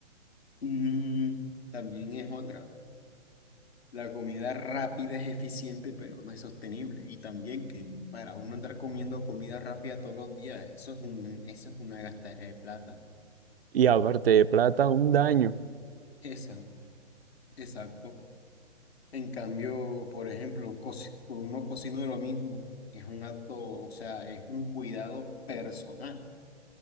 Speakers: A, on the left (about 60°); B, on the right (about 55°).
A: mm, también es otra. La comida rápida es eficiente, pero no es sostenible. Y también que para uno andar comiendo comida rápida todos los días, eso es un, eso es una gastadera de plata.
B: Y aparte de plata, un daño.
A: Esa, exacto. En cambio, por ejemplo, co- uno cocina lo mismo. Es un acto, o sea, es un cuidado personal.